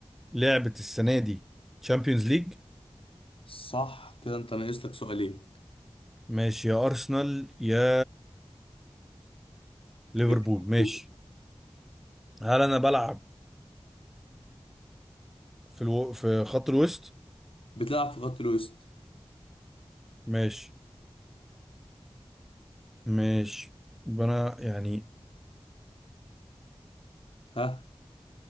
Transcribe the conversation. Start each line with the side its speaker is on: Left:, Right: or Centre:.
Centre: لعبت السنة دي تشامبيونز ليج
Left: صح كده انت ناقص لك سؤالين
Centre: ماشي يا ارسنال يا ليفربول
Left: يا ريت تفوق.
Centre: ماشي هل انا بلعب في الو... في خط الوسط
Left: بتلعب في خط الوسط
Centre: ماشي مش انا يعني
Left: ها